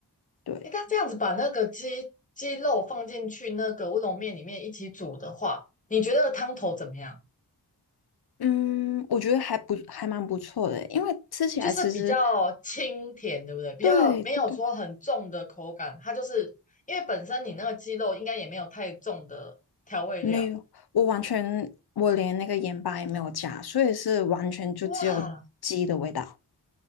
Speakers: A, on the left; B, on the left.
A: 对。
B: 诶，那这样子把那个鸡鸡肉放进去那个乌龙面里面一起煮的话，你觉得汤头怎么样？
A: 嗯，我觉得还不还蛮不错的，因为吃起来其实
B: 就是比较清甜，对不对？比较没有说很重的口感，
A: 对对对对
B: 它就是因为本身你那个鸡肉应该也没有太重的调味料。
A: 没有，我完全我连那个盐巴也没有加，所以是完全就只有鸡的味道。
B: 哇